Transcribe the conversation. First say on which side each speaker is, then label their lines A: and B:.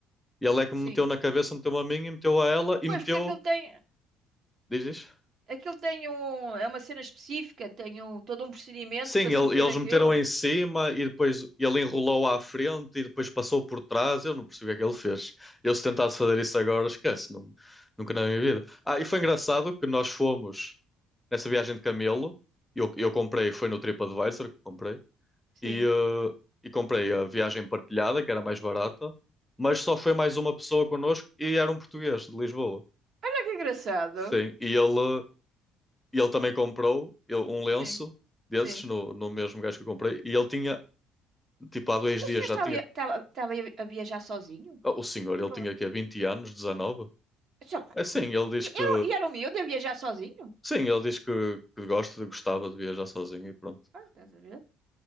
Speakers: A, in the centre; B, on the right.
A: e ele é que
B: Sim.
A: me meteu na cabeça, meteu-me a mim e meteu a ela e
B: Pois,
A: meteu,
B: porque aquilo tem,
A: dizes?
B: aquilo tem um, é uma cena específica, tem um, todo um procedimento
A: Sim,
B: para se
A: ele-
B: meter
A: eles
B: aquilo.
A: meteram em cima e depois ele enrolou à frente e depois passou por trás. Eu não percebi o que é que ele fez. Eu, se tentasse fazer isso agora, esquece, não, nunca na minha vida. Ah, e foi engraçado que nós fomos nessa viagem de camelo. Eu, eu comprei, foi no TripAdvisor que comprei.
B: <laughs> Sim.
A: e, eh, e comprei a viagem partilhada, que era mais barata, mas só foi mais uma pessoa connosco e era um português de Lisboa.
B: Olha que engraçado.
A: Sim, e ele, e ele também comprou ele- um lenço
B: Sim,
A: desses
B: sim.
A: no, no mesmo gajo que eu comprei e ele tinha, tipo, há dois
B: Mas o
A: dias
B: senhor
A: já
B: estava,
A: tinha.
B: a- estava, estava a viajar sozinho?
A: Oh, O senhor,
B: Foi
A: ele
B: para-
A: tinha
B: lá.
A: aqui 20 anos, 19?
B: Sei lá.
A: É sim, ele diz
B: E
A: que.
B: era, e era o miúdo a viajar sozinho?
A: Sim, ele diz que, que gosta, gostava de viajar sozinho e pronto.
B: Ah, estás a ver?